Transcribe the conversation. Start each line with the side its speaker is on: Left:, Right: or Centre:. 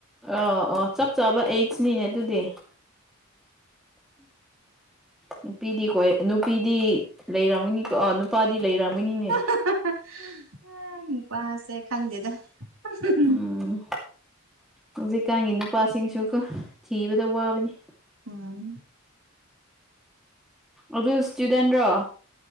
Centre: ꯑꯣ ꯑꯣ ꯆꯞ ꯆꯥꯕ ꯑꯦꯁꯅꯤꯅꯦ ꯑꯗꯨꯗꯤ ꯅꯨꯄꯤꯗꯤ ꯀꯣꯏ ꯅꯨꯄꯤꯗꯤ ꯂꯩꯔꯝꯅꯤ ꯅꯨꯄꯥꯗꯤ ꯂꯩꯔꯝꯒꯅꯤꯅꯦ
Right: <unintelligible> ꯅꯨꯄꯥꯁꯦ ꯈꯪꯗꯦꯗ <unintelligible>
Centre: ꯎꯝ ꯍꯧꯖꯤꯛꯀꯥꯟꯒꯤ ꯅꯨꯄꯥꯁꯤꯡꯁꯨꯀꯣ ꯊꯤꯕꯗ ꯋꯥꯕꯅꯤ
Right: ꯎꯝ
Centre: ꯑꯗꯨ ꯁ꯭ꯇꯨꯗꯦꯟꯔꯣ